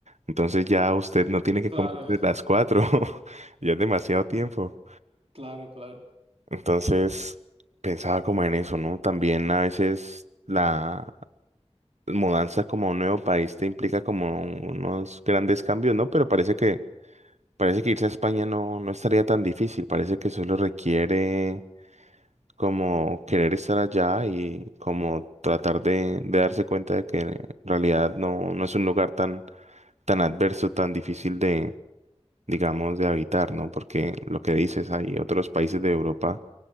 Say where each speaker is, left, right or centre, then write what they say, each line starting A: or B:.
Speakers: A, on the right; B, on the right.
A: Entonces ya usted no tiene que
B: Claro,
A: comer <laughs> desde las cuatro, <laughs> ya es demasiado tiempo.
B: claro, claro.
A: Entonces pensaba como en eso, ¿no? También a veces la mudanza como a un nuevo país te implica como unos grandes cambios, ¿no? Pero parece que, parece que irse a España no, no estaría tan difícil, parece que solo requiere como querer estar allá y como tratar de, de darse cuenta de que en realidad no, no es un lugar tan, tan adverso, tan difícil de, digamos, de habitar, ¿no? Porque lo que dices, hay otros países de Europa